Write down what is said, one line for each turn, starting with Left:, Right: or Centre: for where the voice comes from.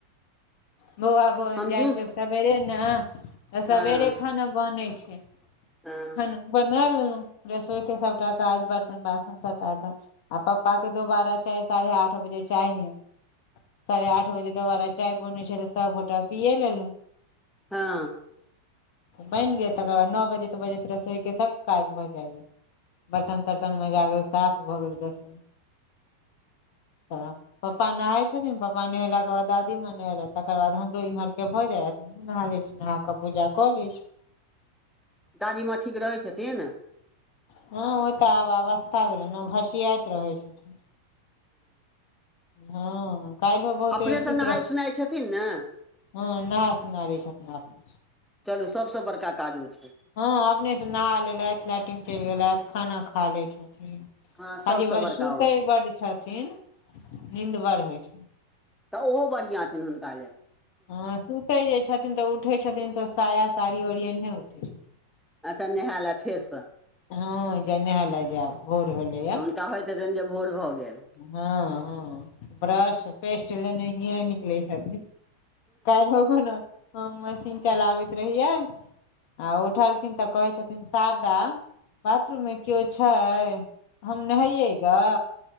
Left: बौआ भोन
Centre: हम
Left: जाइ
Centre: जूस
Left: छैय सवेरे नहि। त सबवेरे
Centre: हँ
Left: खाना बनै छैय
Centre: हँ
Left: खाना बना लेलहुँ रसोई के सभटा काज बर्तन बासन सँभटा आ पप्पा के दोबारा चाय साढ़े आठ बजे चाहि, साढ़े आठ बजे। दुबारा चाय बनै छैय तऽ सँबगोटा पिय लेलहुँ।
Centre: हाँ।
Left: बनि गेल तकर बाद नओ बजे तऽ बजे त रसोइके सँभकाज भऽ जाइया। बर्तन-तर्तन मज गेल साफ भऽ गेल रसोई। त पप्पा नहाय छथिन नहि पप्पा नहि ला के बाद दादी मनल तकर बाद हमरो इम्हर के भऽ जायत। नहा ले छीय नहा कऽ पूजा कऽ ले छीय।
Centre: दादी माँ ठीक रहै छथिन?
Left: हाँ ओ तऽ आब अवस्था भऽ रहै नहि भसियाइत रहै छथिन। हाँ काल्हिहो बहुते
Centre: अपनेसँ
Left: सुति
Centre: नहाय
Left: रह।
Centre: सोनाय छथिन ने
Left: हाँ नहा सुनावे छथित ने अपने
Centre: चलू सबसँ बड़का काज उ छैय
Left: हाँ अपनेसँ नहा लेलथि लैट्रिन चलि गेलथि खाना खा लै छथिन।
Centre: हँ
Left: खाली
Centre: सबसँ
Left: वे
Centre: बड़का
Left: सुते
Centre: ओ छै
Left: बडडछथिन नीन्द बड़ होइ छैन।
Centre: तऽ ओहो बढ़िऑँ छेन हुनका लेल।
Left: हाँ सुते जे छथिन तऽ उठे छथिन तऽ साया साड़ी ओरी एने उठै छथिन।
Centre: अच्छा नहाय लए फेरसँ।
Left: हाँ जे नहा ल जायब भोर भे लैया।
Centre: त होैत हेन जे भोर भऽ गेल।
Left: हँ-हँ ब्रश पेस्ट लेने हिए निकलै छथिन। कालहो होगो न हम मशीन चलाबैत रहियै आ उठलखिन तऽ कहे छथिन शारदा बाथरूम मे कियो छै? हम नहाइयएगा।